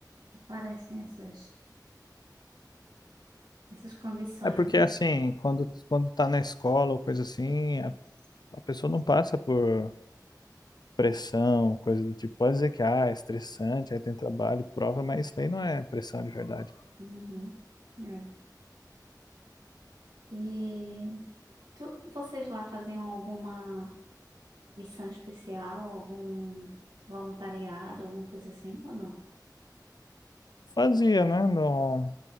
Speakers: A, on the right; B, on the left.
A: aparecem essas, essas condições,
B: É porque,
A: né?
B: assim, quando, quando tá na escola ou coisa assim, a, a pessoa não passa por pressão, coisa do tipo. Pode dizer que ah, é estressante, aí tem trabalho, prova, mas isso aí não é pressão de verdade.
A: Uhum. É. E tu- vocês lá faziam alguma missão especial, algum voluntariado, alguma coisa assim, ou não?
B: Fazia, né? No...